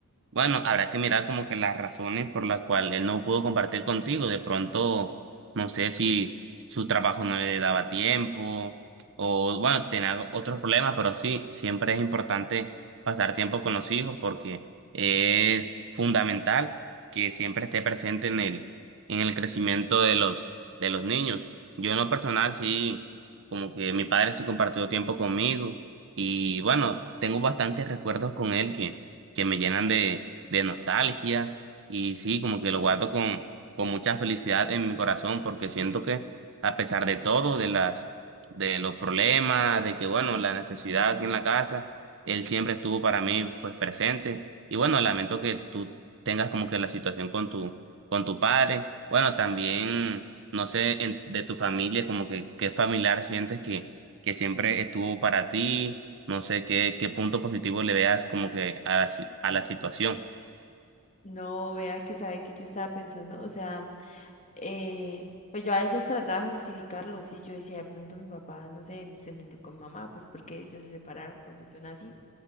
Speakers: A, on the right; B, on the left.
A: Bueno, habrá que mirar como que las razones por las cuales él no pudo compartir contigo. De pronto, no sé si su trabajo no le daba tiempo o, bueno, tenía otros problemas, pero sí, siempre es importante pasar tiempo con los hijos porque es fundamental que siempre esté presente en el, en el crecimiento de los, de los niños. Yo en lo personal sí, como que mi padre sí compartió tiempo conmigo y, bueno, tengo bastantes recuerdos con él que que me llenan de, de nostalgia y sí, como que lo guardo con, con mucha felicidad en mi corazón porque siento que a pesar de todo, de las, de los problemas, de que bueno, la necesidad aquí en la casa, él siempre estuvo para mí pues presente y bueno, lamento que tú tengas como que la situación con tu, con tu padre. Bueno, también, no sé, en- de tu familia, como que qué familiar sientes que, que siempre estuvo para ti no sé qué, qué punto positivo le veas como que a la, si- a la situación.
B: No, vea que sabe que yo estaba pensando, o sea, eh, pues yo a veces trataba de justificarlo, sí, yo decía, de pronto mi papá, no sé, no se entendió con mi mamá, pues porque ellos se separaron cuando yo nací.